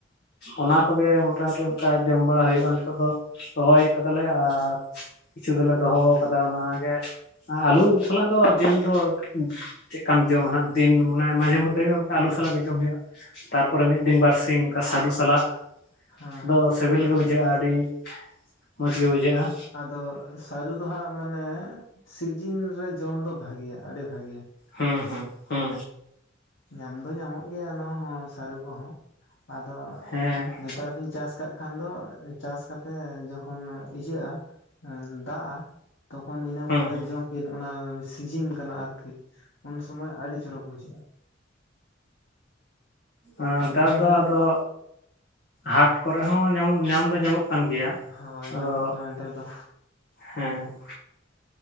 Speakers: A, on the left; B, on the left.
A: ᱚᱱᱟ ᱠᱚᱜᱮ ᱢᱚᱴᱟᱢᱩᱴᱤ ᱚᱱᱠᱟ ᱡᱚᱢ ᱵᱟᱲᱟ ᱦᱩᱭᱩᱜ-ᱟ ᱱᱤᱛᱚᱜ ᱫᱚ᱾ ᱨᱚᱦᱚᱭ ᱠᱟᱫᱟᱞᱮ ᱟᱨ ᱠᱤᱪᱷᱩ ᱫᱚᱞᱮ ᱫᱚᱦᱚ ᱠᱟᱫᱟ ᱚᱱᱟ ᱜᱮ᱾ ᱟᱞᱩ ᱥᱟᱞᱟᱜ ᱫᱚ ᱡᱮᱹᱞ ᱫᱚ ᱪᱮᱫ ᱠᱟᱢ ᱡᱚᱢᱟ ᱱᱟᱦᱟᱜ ᱫᱤᱱ ᱢᱟᱱᱮ ᱢᱟᱡᱷᱮ ᱢᱚᱫᱽ- ᱫᱷᱮ ᱜᱮ ᱚᱱᱠᱟ
B: ᱦᱮᱸ
A: ᱟᱹᱞᱩ ᱥᱟᱞᱟᱜ ᱜᱮ ᱡᱚᱢ ᱦᱩᱭᱩᱜ-ᱟ᱾ ᱛᱟᱨᱯᱚᱨᱮ ᱢᱤᱫ ᱫᱤᱱ ᱵᱟᱨᱥᱤ ᱚᱱᱠᱟ ᱥᱟᱹᱨᱩ ᱥᱟᱞᱟᱜ
B: ᱦᱮᱸ
A: ᱟᱫᱚ ᱥᱮᱹᱵᱮᱹᱞ
B: ᱦᱮᱸ
A: ᱜᱮ ᱵᱩᱡᱷᱟᱹᱜ-ᱟ ᱟᱹᱰᱤ ᱢᱚᱡᱽ ᱜᱮ ᱵᱩᱡᱷᱟᱹᱜ-ᱟ᱾
B: ᱟᱫᱚ ᱥᱟᱹᱨᱩ ᱫᱚ ᱦᱟᱸᱜ ᱢᱟᱱᱮ ᱥᱤᱡᱤᱱ ᱨᱮ ᱡᱚᱢ ᱫᱚ ᱵᱷᱟᱹᱜᱤᱭᱟ ᱟᱹᱰᱤ ᱵᱷᱟᱹᱜᱤᱭᱟ᱾
A: ᱦᱮᱸ ᱦᱮᱸ ᱦᱩᱸ
B: ᱧᱟᱢ ᱫᱚ ᱧᱟᱢᱚᱜ ᱜᱮᱭᱟ ᱱᱚᱣᱟ ᱦᱚᱸ ᱥᱟᱹᱨᱩ ᱠᱚᱦᱚᱸ᱾ ᱟᱫᱚ
A: ᱦᱮᱸ,
B: ᱱᱮᱛᱟᱨ ᱫᱤᱱ ᱪᱟᱥ ᱠᱟᱜ ᱠᱷᱟᱱ ᱫᱚ ᱪᱟᱥ ᱠᱟᱛᱮᱜ ᱡᱚᱠᱷᱚᱱ ᱤᱭᱟᱹᱜ-ᱟ ᱫᱟ-ᱟᱜ ᱛᱚᱠᱷᱚᱱ ᱤᱱᱟᱹ
A: ᱦᱩᱸ
B: ᱯᱚᱨᱮ
A: ᱦᱩᱸ
B: ᱡᱚᱢ ᱵᱤᱱ ᱚᱱᱟ ᱥᱤᱡᱤᱱ ᱠᱟᱱᱟ ᱟᱨᱠᱤ᱾ ᱩᱱ ᱥᱩᱚᱢᱚᱭ ᱟᱹᱰᱤ ᱪᱚᱨᱚᱠ ᱵᱩᱡᱷᱟᱹᱜ-ᱟ᱾
A: ᱮᱸ ᱱᱮᱛᱟᱨ
B: ᱟᱨ ᱱᱚᱜᱼᱚᱭ
A: ᱫᱚ
B: ᱦᱟᱸᱜ
A: ᱟᱫᱚ ᱦᱟᱴ ᱠᱚᱨᱮ ᱦᱚᱸ ᱧᱟᱢ ᱧᱟᱢ ᱫᱚ ᱧᱟᱢᱚᱜ ᱠᱟᱱ ᱜᱮᱭᱟ᱾
B: ᱦᱳᱭ
A: ᱟᱫᱚ
B: ᱧᱟᱢᱚᱜ ᱠᱟᱱᱟ ᱱᱮᱛᱟᱨ ᱫᱚ᱾
A: ᱦᱮᱸ,